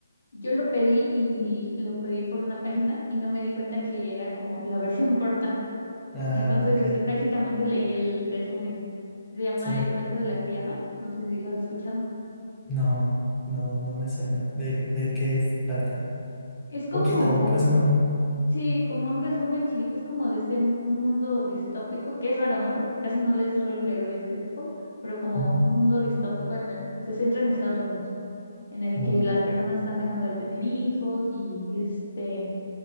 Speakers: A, on the left; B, in the centre.
A: yo lo pedí y lo pedí por una página y no me di cuenta que era como la versión <laughs> corta.
B: Ah,
A: Entonces,
B: ok,
A: este, prácticamente leí el resumen. Se llama
B: sí.
A: El cuento de la criada, no sé si lo has escuchado.
B: No, no, no me suena. ¿De, de qué es- trata?
A: Es como,
B: Poquito, un resumen.
A: sí, como un resumen chiquito, es como de este mu- un mundo distópico, que es raro, ¿no? Porque casi no les suelo leer de este tipo, pero como
B: Ujú,
A: un mundo distópico en el- se centra en Estados Unidos, en el
B: oh,
A: que las personas están dejando de tener hijos y este,